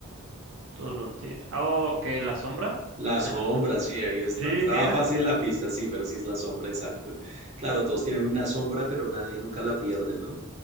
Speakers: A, on the right; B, on the right.
A: todos lo tienen... Ah, ok, la sombra.
B: La sombra,
A: <laughs>
B: sí, ahí está.
A: Sí,
B: Estaba
A: sí era.
B: fácil la pista, sí, pero sí es la sombra, exacto. Claro, todos tienen una sombra, pero nadie nunca la pierde, ¿no?